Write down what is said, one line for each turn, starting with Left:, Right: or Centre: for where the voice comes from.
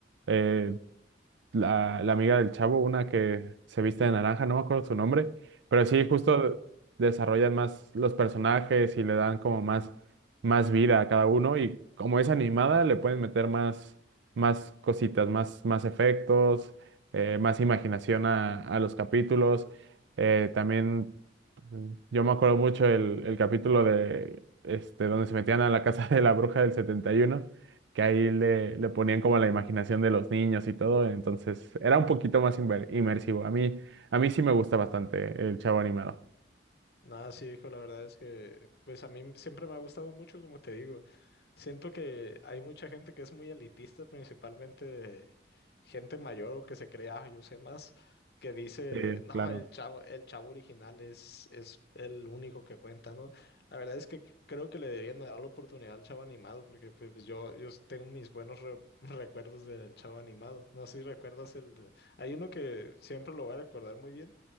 Right: eh, la, la amiga del chavo, una que se viste de naranja, no me acuerdo su nombre, pero sí, justo
Left: Mm,
Right: desarrollan más los personajes y le dan como más, más vida a cada uno y como es animada le pueden meter más, más cositas, más, más efectos, eh, más imaginación a, a los capítulos. Eh, también mm, yo me acuerdo mucho el, el capítulo de este, donde se metían a la <laughs> casa de la bruja del setenta y uno que ahí le, le ponían como la imaginación de los niños y todo, entonces era un poquito más inver- inmersivo. A mí, a mí sí me gusta bastante el Chavo Animado.
Left: Nada, sí, hijo, la verdad es que, pues a mí siempre me ha gustado mucho, como te digo. Siento que hay mucha gente que es muy elitista, principalmente de gente mayor o que se crea, "Ah, yo sé más, que dice,
Right: Sí,
Left: no,
Right: claro.
Left: el chavo, el chavo original es, es el único que cuenta, ¿no? La verdad es que creo que le deberían dar la oportunidad al chavo animado, porque pues yo, yo tengo mis buenos re- <laughs> recuerdos del chavo animado. No sé si recuerdas el de- Hay uno que siempre lo voy a recordar muy bien